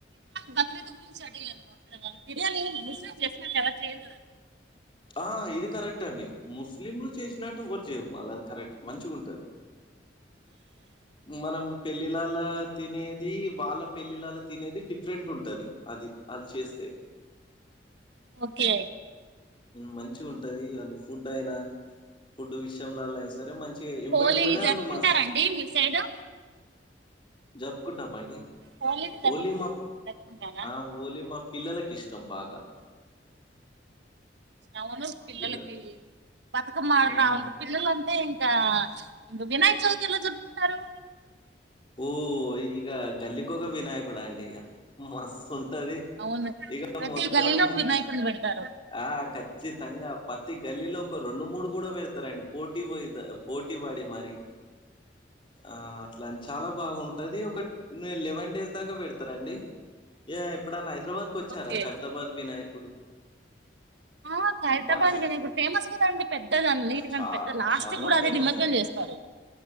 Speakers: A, on the right (about 70°); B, on the left (about 30°).
A: భద్రత గురించి అడిగాను మా పిలగలను బిర్యానీ బిసినెస్ చేస్తూ ఉంటారా చేయదండి
B: ఆ ఇది కరెక్ట్ అండి ముస్లింలు చేసినట్టు ఒకరు చెయ్యరు అది కరెక్ట్ మంచిగా ఉంటది
A: ఉ
B: మనం పెళ్లిళ్లల తినేది వాళ్ళ పెళ్లిళ్లల తినేది డిఫరెంట్ ఉంటది అది వాళ్లు చేస్తే
A: ఓకే
B: మంచి ఉంటది వాళ్ళు ఫుడ్ అయినా ఫుడ్ విషయంలో అయినా సరే మంచిగా ఎంబడే
A: హోలీ
B: ఎంబడే వాళ్ళు
A: జరుపుకుంటారండి
B: మాస్
A: మీ సైడు
B: జప్పుకుంటామండి
A: హోలీకి జరు
B: ఓలీ మా
A: జరుపుకుంటారా
B: ఆ ఓలీ మా పిల్లలకి ఇష్టం బాగా
A: అవును
B: మా
A: పిల్లలకి
B: పిల్లలు
A: బతుకమ్మ ఆడుడు
B: హ్మ్.
A: అంటే ఉంటంది పిల్లల అంతే ఇంక వినాయక చవితి ఏలా చరుపుకుంటారు
B: ఓ ఈగ గల్లి కోక్క వినాయకు అండి మస్ ఉంటది
A: అవును
B: ఇక
A: ప్రతి
B: మొత్తం
A: గల్లీలో ఒక వినాయకుడిని పెడతారు
B: ఆ ఖచ్చిత కచ్చితంగా ప్రతి గల్లీలో ఒక రెండు మూడు కూడా పెడతారండి పోటీ పో పోటీ వాడి మరి ఆ లంచ్ లే వన్ డేస్ దాకా పెడతారా అండి ఎప్పుడన్నా పెడతార హైదరాబాద్ కు వచ్చారా
A: ఓకే
B: ఖరదాబాద్ వినాయకుడు
A: ఆ హైదరాబాద్
B: బాగా
A: కానీ ఇప్పుడు ఫేమస్ కదండి పెద్దదీ అన్నిటికంటే
B: చా
A: పెద్దదీ లాస్ట్
B: చాలా
A: లో కూడా
B: ఫేమస్
A: అదే నిమజ్జనం
B: అండి
A: చేస్తారు